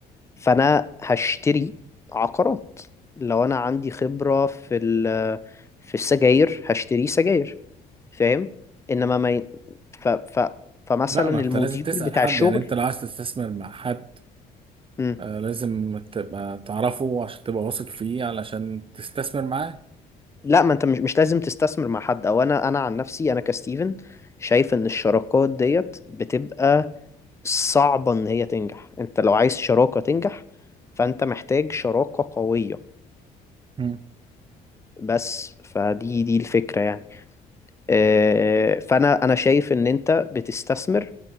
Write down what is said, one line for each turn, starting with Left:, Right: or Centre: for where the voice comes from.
Left: فانا هشتري عقارات لو انا عندي خبرة في ال في السجاير هشتري سجاير فاهم انما ما ي... ف... ف... فمثلا
Right: لا ما انت
Left: الموديول
Right: لازم تسأل
Left: بتاع
Right: حد
Left: الشغل
Right: يعني انت لو عايز تستثمر مع حد
Left: مم.
Right: آه، لازم تبقى تعرفه عشان تبقى واثق فيه علشان تستثمر معاه
Left: لا ما انت مش مش لازم تستثمر مع حد او انا انا عن نفسي انا كستيفن شايف ان الشراكات ديت بتبقى صعبة ان هي تنجح انت لو عايز شراكة تنجح فانت محتاج شراكة قوية
Right: مم.
Left: بس فدي دي الفكرة يعني آه، فانا انا شايف ان انت بتستثمر